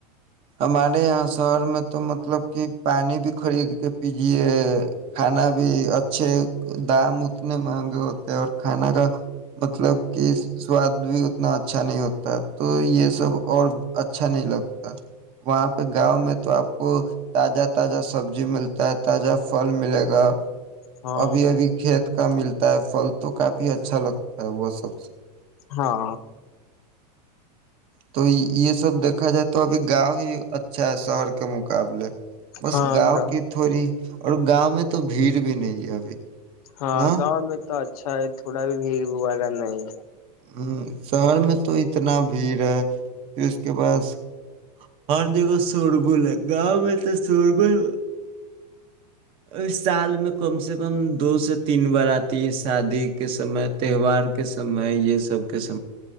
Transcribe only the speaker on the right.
ہمارے یہاں شہر میں تو مطلب کہ پانی بھی خرید کے پیجے کھانا بھی اچھے دام اتنے مہنگے ہوتے ہیں اور کھانا کا مطلب کہ سواد بھی اتنا اچھا نہیں ہوتا تو یہ سب اور اچھا نہیں لگتا وہاں پہ گاؤں میں تو آپ کو تازہ تازہ سبزی ملتا ہے تازہ پھل ملے گا
ابھی ابھی کھیت کا ملتا فل تو کافی اچھا لگتا ہے ا وہ سب
تو یہ سب دیکھا جائے تو ابھی گاؤں ہی اچھا ہے شہر کے مقابلے بس
گاؤں کی تھوڑی اور گاؤں میں تو بھیڑ بھی نہیں ہے ابھی
نا
ہ شہر میں تو اتنا بھیڑ ہے پھر اس کے پاس اور دگ سورگل ہے گاؤں میں تو سورگل اس سال میں کم سے کم دو سے تین بار آتی ہے شادی کے سمے تہوار کے سمے یہ سب کے س